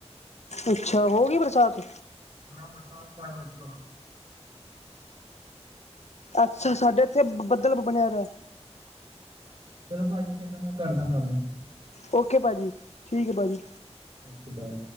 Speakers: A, on the left (about 75°); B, on the right (about 60°).
A: ਅੱਛਾ ਹੋ ਗਈ ਬਰਸਾਤ।
B: ਤਾਂ ਬਰਸਾਤ ਘਰ ਰੱਖਿਓ
A: ਅੱਛਾ ਸਾਡੇ ਇੱਥੇ ਬੱਦਲ ਬਣਿਆ ਦਾ
B: ਚਲੋ ਭਾਜੀ ਫਿਰ ਨਾ ਮੈਂ ਕਰਦਾ ਤੁਹਾਨੂੰ।
A: ਓਕੇ ਭਾਜੀ। ਠੀਕ ਹੈ ਭਾਜੀ
B: ਸਤਿ ਸ੍ਰੀ ਅਕਾਲ।